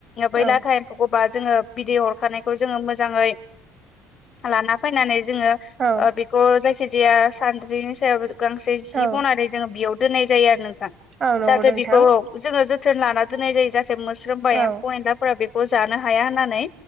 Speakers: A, on the left (about 50°); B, on the right (about 45°).
A: बै
B: औ
A: लाथा फौखौ बा जोङो बिदै हरखानायखौ जोङो मोजाङै लाना फैनानै जोङो
B: औ
A: थ' जायखिजाया सानद्रिनि सायाव गांसे जि
B: औ
A: बनानै जोङो बियाव दोननाय जायो आरो नोंथां
B: औ नंगौ
A: जाहाथे
B: नोंथां
A: बेखौ औ जोङो जोथोन लाना दोननाय जायो जाहाथे मोस्रोम बा
B: औ
A: एम्फौ एनलाफोरा बेख खौ जानो हाया होननानै